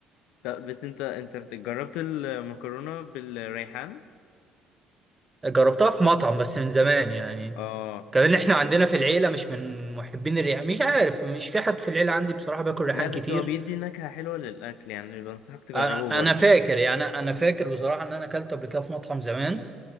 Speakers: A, on the left; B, on the right.
A: طب بس انت انت بت- جربت المكرونة بالريحان
B: جربتها في مطعم بس من زمان يعني
A: اه
B: كمان احنا عندنا في العيلة مش من محبين الريحان مش عارف مش في حد في العيلة عندي بصراحة باكل ريحان
A: لا بس
B: كتير
A: هو بيدي نكهة حلوة للاكل يعني بنصحك تجربه
B: انا
A: برضه
B: أنا فاكر يعني انا فاكر بصراحة ان انا اكلته قبل كده في مطعم زمان